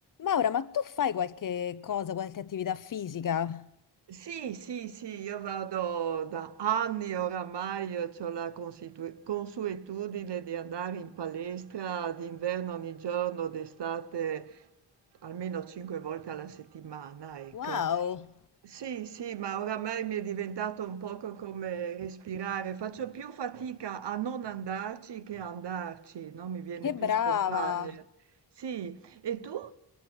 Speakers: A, on the left; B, on the right.
A: Maura, ma tu fai qualche cosa, qualche attività fisica?
B: Sì, sì, sì, io vado da anni oramai, ho la consitu- consuetudine di andare in palestra d'inverno ogni giorno, d'estate almeno cinque volte alla settimana, ecco.
A: Wow,
B: Sì, sì, ma oramai mi è diventato un poco come respirare. Faccio più fatica a non andarci che a andarci, no? Mi viene
A: che
B: più
A: brava!
B: spontaneo. Sì, e tu?